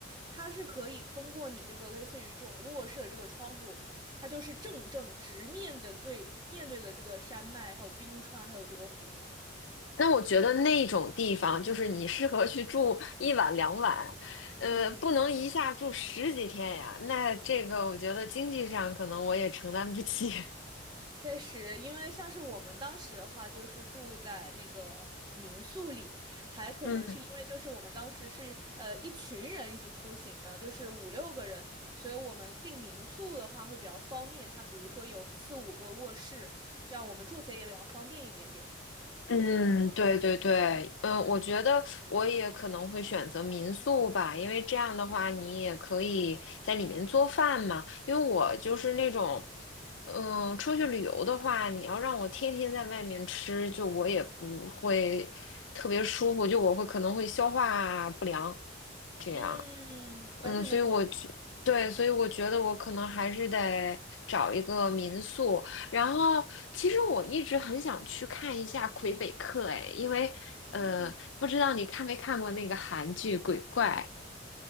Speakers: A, on the right; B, on the left.
A: 它是可以通过你这个类似于这种卧室的这个窗户，它就是正正直面的对面对的这个山脉，还有冰川，还有这个湖。
B: 那我觉得那种地方就是你适合去住一晚两晚，呃，
A: 嗯。
B: 不能一下住十几天呀。那这个我觉得经济上可能我也承担不起。<laughs>
A: 确实，因为像是我们当时的话，就是住在那个民宿里，还可能是因为就是我们当时是呃一群人一起出行呢，
B: 嗯。
A: 就是五六个人，所以我们订民宿的话会比较方便。它比如说有四五个卧室，这样我们住起来也比较方便一点点。
B: 嗯，对对对，嗯，我觉得我也可能会选择民宿吧，因为这样的话你也可以在里面做饭嘛。因为我就是那种，嗯，出去旅游的话，你要让我天天在外面吃，就我也不会特别舒服，就我会可能会消化不良这样。
A: 嗯，
B: 嗯，
A: 完全能懂。
B: 所以我觉，对，所以我觉得我可能还是得找一个民宿。然后，其实我一直很想去看一下魁北克，哎，因为呃，
A: 嗯，
B: 不知道你看没看过那个韩剧《鬼怪》？